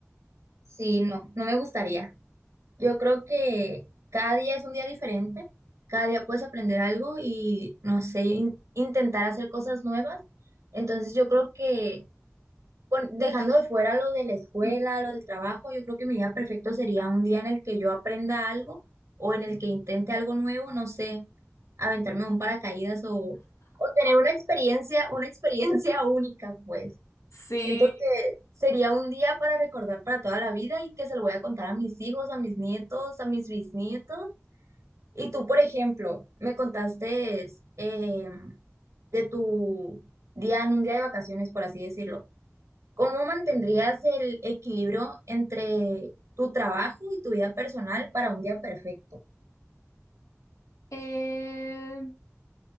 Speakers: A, on the right; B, on the left.
A: Sí, no, no me gustaría. Yo creo que cada día es un día diferente, cada día puedes aprender algo y, no sé, in- intentar hacer cosas nuevas. Entonces yo creo que pon- dejando de fuera lo de la escuela,
B: Mm.
A: lo del trabajo, yo creo que mi día perfecto sería un día en el que yo aprenda algo o en el que intente algo nuevo, no sé, aventarme un paracaídas o, o tener una experiencia, una experiencia <laughs> única, pues.
B: Eh,
A: Siento que sería un día para recordar para toda la vida y que se lo voy a contar a mis hijos, a mis nietos, a mis bisnietos. Y tú, por ejemplo, me contaste eh, de tu día en un día de vacaciones, por así decirlo. ¿Cómo mantendrías el equilibrio entre tu trabajo y tu vida personal para un día perfecto?
B: Eh,